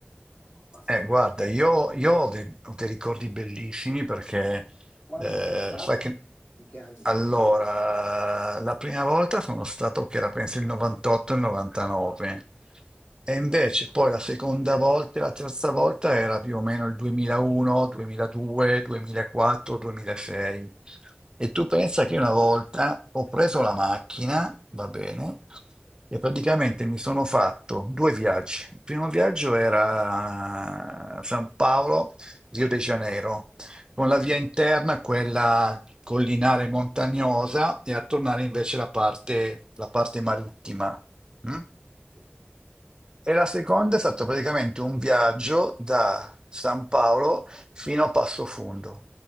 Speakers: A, on the left; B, on the right.
A: non, non passa
B: eh,
A: proprio
B: guarda,
A: nessuno.
B: io, io ho, dei, ho dei ricordi bellissimi perché
A: Quando
B: eh,
A: sei stato?
B: sai che
A: In che anni
B: Allora,
A: sei stato?
B: la prima volta sono stato che era penso il 98 e il 99 e invece poi la seconda volta e la terza volta era più o meno il 2001, 2002, 2004, 2006. E tu pensa che una volta ho preso la macchina, va bene, e praticamente mi sono fatto due viaggi. Il primo viaggio era San Paolo, Rio de Janeiro, con la via interna, quella collinare montagnosa, e a tornare invece la parte, la parte marittima. mm?
A: Sì.
B: E la seconda è stato praticamente un viaggio da San Paolo fino a Passo Fondo.